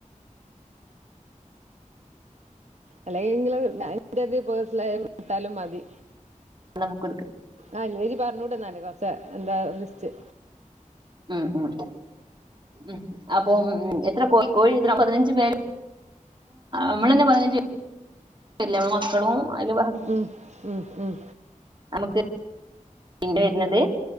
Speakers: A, on the right (about 55°); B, on the right (about 35°).
A: അല്ലെങ്കില് ഞാൻ എന്റെതി പേഴ്സണലായി വിട്ടാലും മതി
B: ബുക്ക് എടുക്കുക
A: ആഹ് ഇന്നിജ്ജ് പറഞ്ഞൂടന്നാല് കൊറച്ചെ എന്താ ലിസ്റ്റ്
B: ഉം ഉം ഉം അ അപ്പം എത്ര കോ കോഴി പതിനഞ്ച് പേര് നമ്മളെ ന്നെ പതിനഞ്ച് പേരില്ലെ ല്ലേ മക്കളും അതി
A: ഉം ഉം ഉം
B: നമുക്ക് പിന്നെ വര്ന്നത്